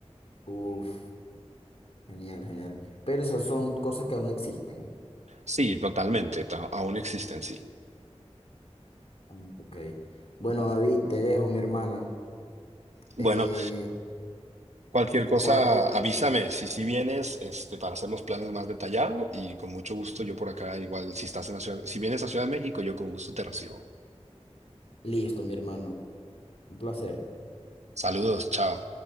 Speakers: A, on the left; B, on the right.
A: Uf, genial, genial. Pero esas son cosas que aún existen.
B: Sí, totalmente, ta- aún existen, sí.
A: Ah, Ok. Bueno, David, te dejo, mi hermano.
B: Bueno,
A: Eh,
B: cualquier cosa,
A: guape,
B: avísame si si vienes este, para hacer los planes más detallados y con mucho gusto yo por acá, igual si estás en la ciudad, si vienes a Ciudad de México, yo con gusto te recibo.
A: listo, mi hermano. Un placer.
B: Saludos, chao.